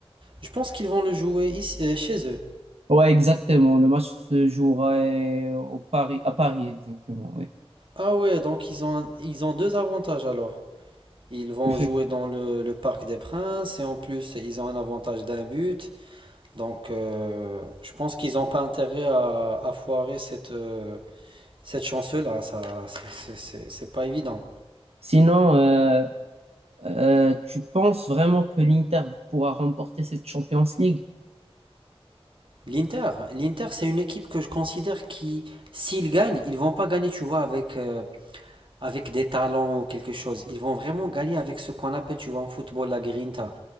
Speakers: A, on the right; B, on the right.
A: Je pense qu'ils vont le jouer ici- euh, chez eux.
B: Ouais, exactement. Le match se jouera euh, au Paris, à Paris, exactement, oui.
A: Ah ouais, donc ils ont un- ils ont deux avantages alors. Ils vont
B: Effect-
A: jouer dans le, le Parc des Princes et en plus, ils ont un avantage d'un but. Donc, euh, je pense qu'ils n'ont pas intérêt à, à foirer cette euh, cette chance-là. Ça, c'est c'est- c'est- c'est pas évident.
B: Sinon, euh, euh, tu penses vraiment que l'Inter pourra remporter cette Champions League?
A: L'Inter, l'Inter, c'est une équipe que je considère qui, s'ils gagnent, ils vont pas gagner, tu vois, avec euh, avec des talents ou quelque chose. Ils vont vraiment gagner avec ce qu'on appelle, tu vois, en football, la grinta.